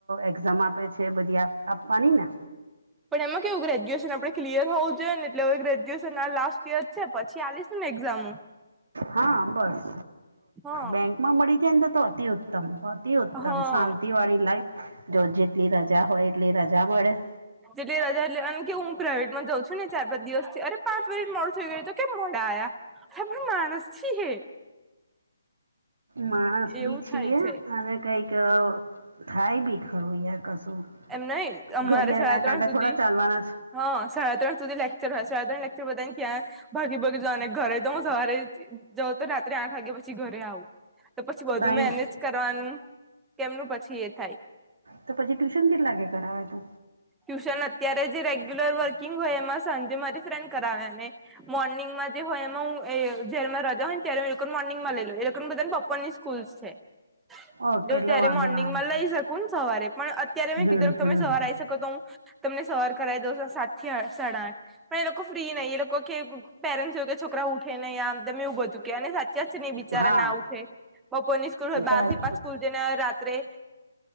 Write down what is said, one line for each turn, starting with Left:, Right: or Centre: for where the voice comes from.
Right: એક્ઝામ આપે છે બધી આપવાની ને
Centre: પણ એમાં કેવું ગ્રેજ્યુએશન આપણે ક્લયર હોવ જોએ એટલેવે ગ્રેજ્યુએશન આ લાસ્ટ યર છે પછી આલીશ ને એક્ઝામ
Right: હા બસ
Centre: હા
Right: બેંકમાં મળી જાય ને તો તો અતિ ઉત્તમ અતિ ઉત્તમ
Centre: હા
Right: શાંતિવાળી લાઈફ જો જેટલી રજા હોય એટલી રજા મળે
Centre: એટલે રજા લ કે હું પ્રાઇવેટ માં જાઉ છું ને ચાર પાંચ દિવસ થી અરે પાંચ મનિટ મો થઈ ગયું તો કેમ મોડા આયા હ માનસછી હે
Right: માણસ
Centre: એવું
Right: બી છીએ
Centre: થાય છે
Right: અને કઈક થાય બી ખરું યાર કશું
Centre: એમ નહી અમારે
Right: ઘડિયા
Centre: સાડા
Right: ના
Centre: ત્રણ
Right: કાંટા
Centre: સુધી
Right: થોડા ચાલવાના
Centre: હા સાડા ત્રણ સુધી લેક્ચર હોય સાડા ત્રણ લેક્ચર બધા ને ક્યાં ભાગી ભગી જ અને ઘરે તો હું સવારે જાઉં તો રાત્રે આઠ વાગ્યા પછી ઘરે આવું તો પછી વધુ
Right: તાઈને
Centre: મેનેજ કરવાનું કેમનું પછી એ થાય
Right: તો પછી ટ્યુશન કેટ લાગે કરાવે તો
Centre: ટ્યુશન અત્યારે જે રેગ્યુલર વર્કિંગ હોય એમાં સાંજે મારી ફ્રેન્ડ કરાવે ને મોર્નિંગ માં જે હોય એમાં હું જયમાં રજા હોય ત્યારે એ લોકોને મોર્નિંગમાં લઈ એ લોકોનેધાને પપ્પ સ્કૂલ્ છે એટલે
Right: ઓકે
Centre: હું
Right: એટલે
Centre: ત્યારે
Right: વાંધો
Centre: મોર્નિંગ
Right: ના આવે
Centre: માં લઈ શક સવારે પણ અત્યારે મેં
Right: હમ
Centre: કીધ
Right: હમ
Centre: તમે સવારે આવી તો હું તમને સવાર કરાવી દઉં સાત થી સાડા આઠ પણ એ લોકો ફ્રી નહીં એ લોકો કે પેરેન્ટ જોય કે છોકરા ઉઠે નને અંદર મેં ઉગો ચુકે અને સાચ ન બિચારા
Right: હા
Centre: ના ઉઠે બપોર ની સ્કૂલ હોય બાર
Right: તારે
Centre: થી પાંચ
Right: શું
Centre: સ્કૂલ જઈને રાત્રે